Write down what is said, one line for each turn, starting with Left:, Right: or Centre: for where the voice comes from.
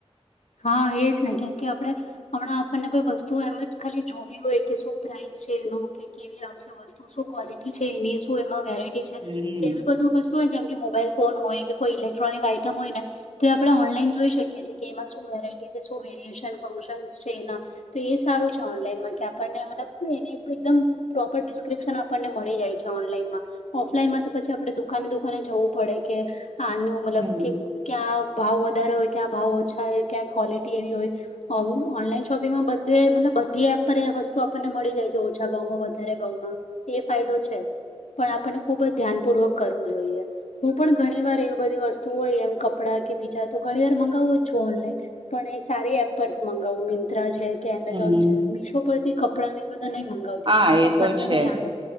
Left: હા એજ હી કેમ કે આપડે હમણાં આપણને કોઈ વસ્તુ એમ જ ખાલી જોવી હોય કે શું પ્રાઇસ કે કેવી આવશે વસ્તુ શું ક્વોલિટી છે એની શું એમાં શું વેરાયટી
Right: હમ
Left: તેમ બધું બસ. શું જેમ મોબાઈલ ફોન હોય કે કોઈ ઇલેક્ટ્રોનિક આઈટમ હોય ને તે આપડે ઓનલાઈન જોઈ શકીએ છીએ. કે એમમાં શું શું વેરાયટી છે શું વેરયશન ફંક્શન છે એના તો એ સારું છે ઓનલાઈનમાં કે આપણને મતલબ એને એકદમ પ્રોપર ડિસ્ક્રિપ્શન આપણને મળી જાય છે ઓનલાઈનમાં. ઓફલાઈનમાં તો પછી આપડે દુકાને દુકાને જવું પડે કે, આનું મતલબ
Right: હમ
Left: કે ક્યાં ભાવ વધારે હોય ક્યાં ભાવ ઓછા હોય ક્યાં ક્વૉલિટી એવી હોય. ઓનલાઈન શોપિંગમાં બધે મતલબ બધી એપ પર વસ્તુ આપણને મળી જાય છે ઓછા ભાવમાં વધારે ભાવમાં. એ ફાયદો છે, પણ આપણને ખુબ જ ધ્યાનપૂર્વક કરવું જોઈએ. હું પણ ઘણી વાર એવી બધી વસ્તુ હોય એમ કપડાં કે બીજા તો ઘણી વાર મગાવું જ છું ઓનલાઈન. પણ એ સારી એપ પરથી મગાવવું મિંત્રા છે કે એમેઝોન
Right: હમ
Left: છે મીશો પરથી કપડાં ને બધ નહી મંગાવતી
Right: હા
Left: એમાં પણ
Right: એ તો
Left: સારા
Right: છે
Left: નહી આવે.